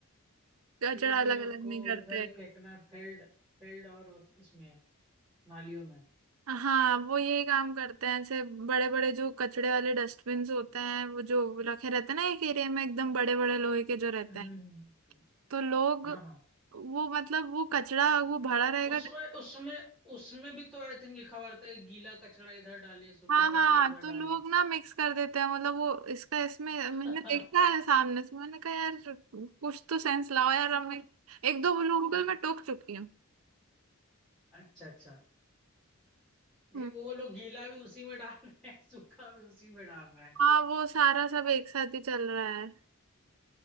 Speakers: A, on the right; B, in the centre.
A: कचड़ा
B: फिर भी
A: अलग
B: लोग
A: अलग
B: को
A: नहीं करते
B: उधर ही फेंकना है फील्ड फील्ड और उस- इसमें नालियों में
A: हाँ वो यही काम करते हैं ऐसे बड़े बड़े जो कचड़े वाले डस्टबिन होते हैं वो जो रखे रहते हैं ना एक एरिया में एकदम बड़े बड़े लोहे के जो रहते
B: हम्म।
A: हैं तो लोग
B: हाँ हाँ
A: वो मतलब वो कचड़ा वो भरा रहेगा
B: उसमें उसमें उसमें भी तो आई थिंक लिखा हुआ रहता है गीला कचरा इधर डालिए सूखा
A: हाँ
B: कचरा
A: हाँ
B: उधर
A: तो
B: डालिए
A: लोग ना मिक्स कर देते हैं मतलब वो इसका इसमें
B: <laughs>
A: मैंने देखा है सामने से मैंने कहा यार कुछ तो सेंस लाओ यार अब मैं एक दो लोगों को मैं टोक चुकी हूँ
B: अच्छा अच्छा नहीं
A: हम्म,
B: वो लोग गीला भी उसी में डाल रहे हैं सूखा भी उसी में डाल रहे हैं
A: हाँ वो सारा सब एक साथ ही चल रहा है